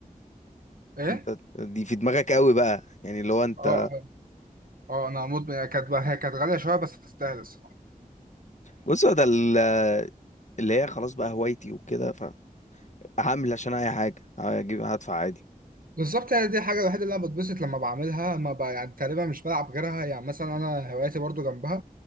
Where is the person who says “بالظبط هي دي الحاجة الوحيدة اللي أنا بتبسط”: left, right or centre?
Right